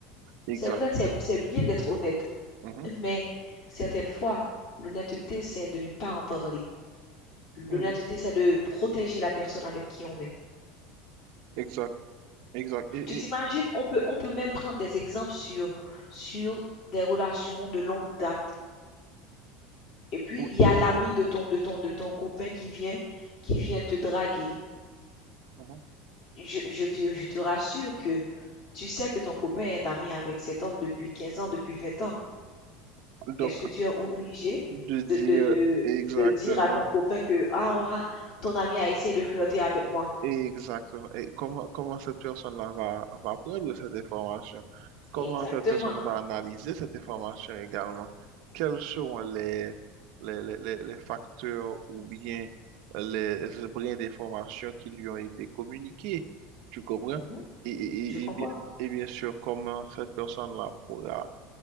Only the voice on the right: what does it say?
Exact.
Mhm.
Mhm.
Exact, exact. Et,
et
oui.
Mhm.
Donc,
de dire
exactement
Exactement. Et comment, comment cette personne-là va, va prendre cette information? Comment
cette personne va analyser cette information également? Quels seront les, les, les, les- les facteurs ou bien les brins d'information qui lui ont été communiqués? Tu comprends?
Et, et,
et, et bien, et bien sûr, comment cette personne-là pourra,